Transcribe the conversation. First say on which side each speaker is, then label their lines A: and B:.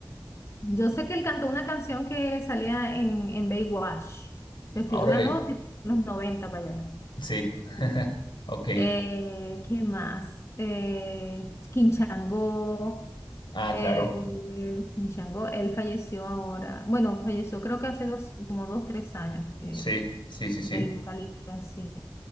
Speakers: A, on the left; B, on the left.
A: Yo sé que él cantó una canción que salía en, en Baywatch. Te estoy
B: Ah, Órale,
A: hablando de los 90 para allá.
B: sí, <laughs>
A: Sí.
B: ok.
A: Eh, ¿qué más? Eh, Quinchango.
B: Ah,
A: Eh,
B: claro,
A: Kim Chango, él falleció ahora, bueno, falleció creo que hace dos, como dos, tres años, eh,
B: sí, sí, sí, sí.
A: el vocalista, sí.